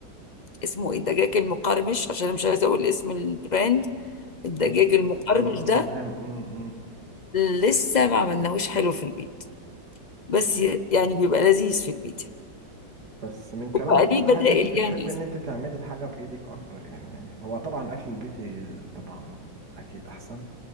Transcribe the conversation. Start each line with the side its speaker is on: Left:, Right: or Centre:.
Left: اسمه ايه الدجاج المقرمش عشان أنا مش عايزه اقول اسم البراند الدجاج
Right: بس
Left: المقرمش
Right: اه
Left: ده
Right: تمام امم
Left: لسه ما عملناهوش حلو في البيت بس يعني بيبقى لذيذ في البيت
Right: بس من كلامك
Left: وبقى ليه
Right: واضح
Left: بدائل
Right: ان انت بتحب
Left: يعني
Right: ان انت تعملي الحاجة بايدك اكتر يعني هو طبعا الاكل البيتي طبعا اكيد احسن